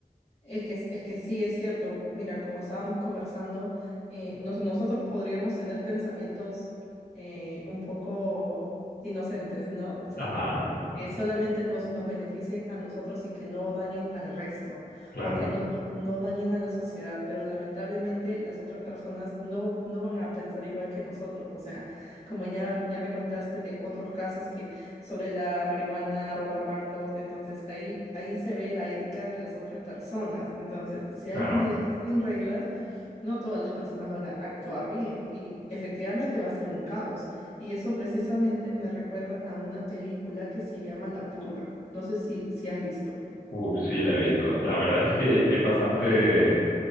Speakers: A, on the left; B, on the left.
A: Es que, es que sí, es cierto. Mira, como estábamos conversando, eh, nos- nosotros podríamos tener pensamientos eh, un poco inocentes, ¿no? O sea,
B: Ajá,
A: que solamente nos, nos beneficien a nosotros y que no dañen al resto
B: claro,
A: o que no, no dañen a la sociedad, pero lamentablemente las otras personas no, no van a pensar igual que nosotros. O sea, como ya, ya me contaste de otros casos sobre la marihuana, robar bancos. Entonces ahí, ahí se ve la ética de las otras personas. Entonces, si hay
B: claro.
A: un día sin reglas, no todas las personas van a actuar bien y efectivamente va a ser un caos. Y eso precisamente me recuerda a una película que se llama La Purga. No sé si, si has visto.
B: Uf, sí, la he visto. La verdad es que es bastante